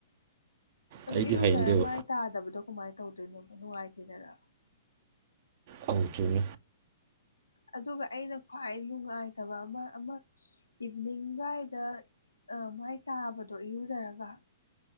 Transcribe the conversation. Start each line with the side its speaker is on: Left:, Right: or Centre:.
Left: ꯑꯗꯣ
Right: ꯑꯩꯗꯤ
Left: ꯏꯔꯨꯖꯔ
Right: ꯍꯩꯅꯗꯦꯕ
Left: ꯃꯥꯏ ꯇꯥꯗꯕꯗꯣ ꯀꯃꯥꯏꯅ ꯇꯧꯗꯣꯏꯅꯣ ꯅꯨꯡꯉꯥꯏꯇꯦꯗꯅ꯫
Right: ꯑꯧ ꯆꯨꯝꯃꯤ꯫
Left: ꯑꯗꯨꯒ ꯑꯩꯅ ꯈ꯭ꯋꯥꯏ ꯅꯨꯡꯉꯥꯏꯇꯕ ꯑꯃ ꯑꯃ ꯁ ꯏꯚꯅꯤꯡ ꯗꯨꯋꯥꯏꯗ ꯑ ꯃꯥꯏ ꯇꯥꯕꯗꯣ ꯏꯔꯨꯖꯔꯒ